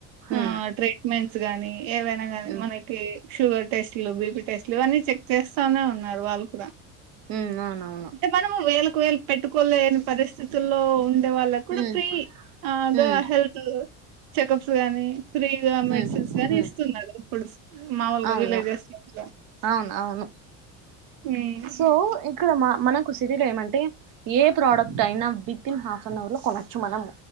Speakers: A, on the right (about 55°); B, on the right (about 85°).
A: ఉమ్
B: ఆ ట్రీట్మెంట్ గాని ఏవైనా కానీ
A: ఉమ్ ఉమ్
B: మనకి శుగర్ టెస్ట్ లు బిపి టెస్టులు అన్ని చె చేస్తానే ఉన్నారు వాళ్ళు కూడా
A: ఉమ్ అవునవును
B: అంటే మనము వేలకు వేలు పెట్టుకోల్లేనీ పరిస్తి పరిథితుల్లో ఉండే వాళ్ళకు కూడా
A: ఉమ్
B: ఫ్రీ గా
A: ఉమ్
B: హెల్త్లు చెకప్స్ గానీ ఫ్రీగా మెడిసిన్స్
A: ఉమ్
B: గానీ
A: ఉమ్
B: ఇస్తున్నారు పులుస్ మావూలుగా
A: అవును
B: విలేజెస్ చేస్త
A: అవును అవును
B: ఉమ్
A: సో ఇక్కడ మనకు సరయలు ఏమంటే ఏ ప్రోడక్ట్ అయినా విత్ఇన్ హాఫ్ అన్ అవర్ లో కొనచ్చు మనం